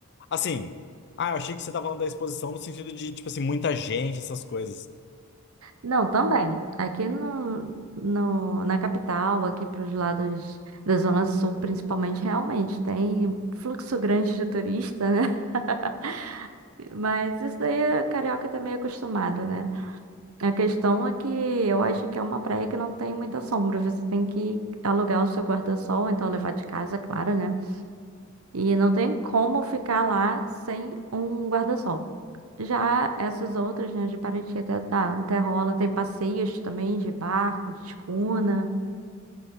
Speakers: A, on the left; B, on the right.
A: Assim, ah, eu achei que você estava falando da exposição no sentido de, tipo assim, muita gente, essas coisas.
B: Não, também. Aqui no, no- na capital, aqui para os lados da Zona Sul, principalmente, realmente tem fluxo grande de turista, né? <laughs> Mas isso daí o carioca tá meio acostumado, né? A questão é que eu acho que é uma praia que não tem muita sombra. Você tem que alugar o seu guarda-sol, ou então levar de casa, claro, né? E não tem como ficar lá sem um guarda-sol. Já essas outras, né, de Paraty até dá, até rola. Tem passeios também de barco, de escuna.